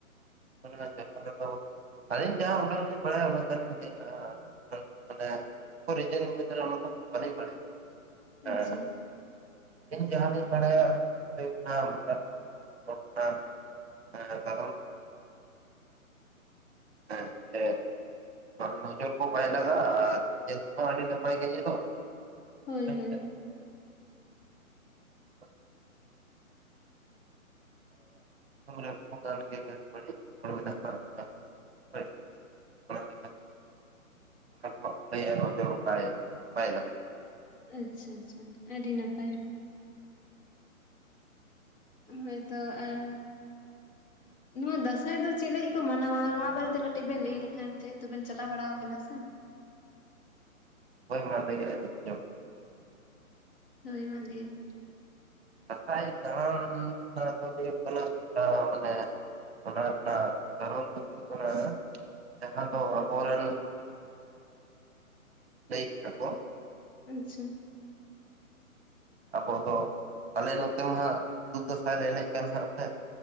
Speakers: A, on the right; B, on the left.
A: ᱵᱟᱱᱩᱜᱼᱟ ᱡᱟᱦᱟ ᱨᱮᱫᱚ ᱟᱹᱞᱤᱧ ᱡᱟᱦᱟ ᱩᱰᱟᱹᱝ ᱞᱤᱧ ᱵᱟᱲᱟᱭᱟ ᱩᱱᱟᱹᱜ ᱫᱷᱟᱨᱤᱡ ᱞᱤᱧ ᱞᱟᱹᱭ ᱮᱜᱼᱟ ᱩᱱᱟᱹᱝ ᱢᱟᱱᱮ ᱨᱤᱡᱮᱱ ᱪᱮᱫ ᱠᱚ ᱚᱱᱟ ᱫᱚ ᱵᱟᱞᱤᱧ ᱵᱟᱲᱟᱭᱟ ᱦᱮᱸ
B: ᱟᱪᱪᱷᱟ ᱟᱪᱪᱷᱟ
A: ᱟᱹᱞᱤᱧ ᱡᱟᱦᱟᱸᱞᱤᱧ ᱵᱟᱲᱟᱭᱟ ᱦᱩᱭᱩᱜ ᱠᱟᱱᱟ ᱦᱚᱨᱴᱟᱜ ᱦᱮᱸ ᱠᱟᱨᱚᱱ ᱦᱮᱸ ᱡᱮ ᱱᱚᱡᱚᱨ ᱠᱚ ᱵᱟᱭ ᱞᱟᱜᱟᱜᱼᱟ ᱟᱨ ᱧᱮᱞ ᱛᱮᱦᱚ ᱟᱹᱰᱤ ᱱᱟᱯᱟᱭ ᱜᱮ ᱧᱮᱞᱚᱜ᱾
B: ᱦᱳᱭ
A: ᱦᱮᱸᱥᱮ
B: ᱦᱳᱭ᱾
A: <inaudible> ᱚ ᱜᱚᱴᱟᱝ ᱜᱮ ᱵᱟᱹᱲᱤᱡ ᱦᱚᱲ ᱢᱮᱱᱟᱜ ᱠᱟᱜ ᱠᱚᱣᱟ‌ ᱦᱳᱭ ᱚᱱᱟ ᱞᱟᱜᱤᱫ ᱚᱱᱟ ᱡᱚᱦᱚᱜ ᱠᱚ ᱞᱟᱹᱭ ᱟ ᱱᱚᱡᱚᱨ ᱵᱟᱭ ᱵᱟᱭᱟ
B: ᱟᱪᱪᱷᱟ ᱟᱪᱪᱷᱟ ᱟᱹᱰᱤ ᱱᱟᱯᱟᱭ᱾ ᱦᱳᱭ ᱛᱚ ᱟᱨ
A: <inaudible>
B: ᱱᱚᱣᱟ ᱫᱟᱸᱥᱟᱭ ᱫᱚ ᱪᱮᱫ ᱞᱟᱹᱜᱤᱫ ᱠᱚ ᱢᱟᱱᱟᱣᱟ ᱱᱚᱣᱟ ᱵᱟᱨᱮᱛᱮ ᱠᱟᱹᱴᱤᱡ ᱵᱮᱱ ᱞᱟᱹᱭ ᱞᱮᱠᱷᱟᱱ ᱡᱮᱦᱮᱛᱩ ᱵᱮᱱ ᱪᱟᱞᱟᱣ ᱵᱟᱲᱟ ᱟᱠᱟᱱᱟ ᱥᱮ?
A: ᱦᱳᱭ ᱚᱱᱟ ᱞᱟᱹᱭ ᱮᱜ ᱟ ᱪᱮᱫ ᱪᱚᱝ
B: ᱦᱚᱭ ᱢᱟ ᱞᱮᱭ ᱵᱤᱱ
A: ᱫᱟᱸᱥᱟᱭ ᱫᱟᱸᱲᱟᱱ ᱢᱟᱱᱮ ᱫᱚ ᱦᱩᱭᱩᱜ ᱠᱟᱱᱟ ᱢᱟᱱᱮ ᱚᱱᱟ ᱨᱮᱱᱟᱜ ᱠᱟᱨᱚᱱ ᱫᱚ ᱦᱩᱭᱩᱜ ᱠᱟᱱᱟ ᱡᱟᱦᱟᱸ ᱫᱚ ᱟᱵᱚ ᱨᱮᱱ <unintelligible>
B: ᱟᱪᱪᱷᱟ
A: ᱟᱵᱚ ᱫᱚ ᱟᱞᱮ ᱱᱚᱛᱮ ᱢᱟ ᱦᱟᱸᱜ ᱫᱩᱠ ᱫᱟᱸᱥᱟᱭ ᱞᱮ ᱮᱱᱮᱡ ᱠᱟᱱ ᱦᱟᱜ ᱥᱮ